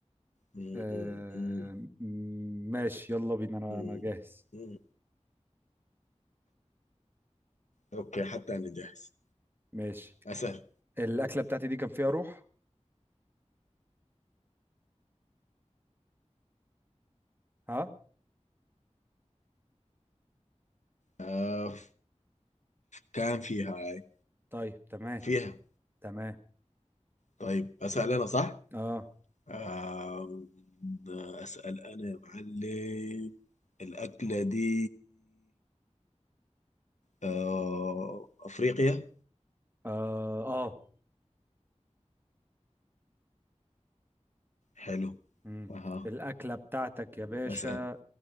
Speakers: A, on the left (about 80°); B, on the right (about 15°).
A: مم،
B: آه
A: مم،
B: ماشي يلا بينا انا
A: مم،
B: انا جاهز
A: مم. اوكي حتى انا جاهز
B: ماشي
A: اسال
B: الاكله بتاعتي دي كان فيها روح ها
A: آه كان فيها هاي
B: طيب تمام
A: فيها
B: تمام
A: طيب اسال انا صح؟
B: اه
A: آه اسال انا يا معلم الاكلة دي آه افريقيا
B: اه اه
A: حلو
B: مم.
A: اها
B: الاكله بتاعتك يا باشا
A: اسال